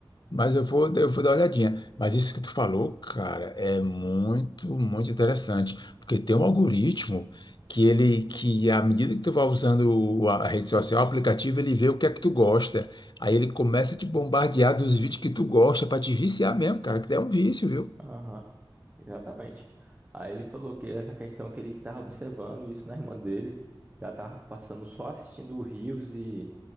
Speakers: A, on the left; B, on the right.
A: mas eu vou, eu vou dar uma olhadinha. Mas isso que tu falou, cara, é muito, muito interessante, porque tem um algoritmo que ele, que à medida que tu vai usando o- a rede social, o aplicativo, ele vê o que é que tu gosta, aí ele começa a te bombardear dos vídeos que tu gosta, para te viciar mesmo, cara, que é um vício, viu?
B: Aham. Exatamente. Aí ele falou que essa questão que ele estava observando isso na irmã dele, que ela estava passando só assistindo rios e,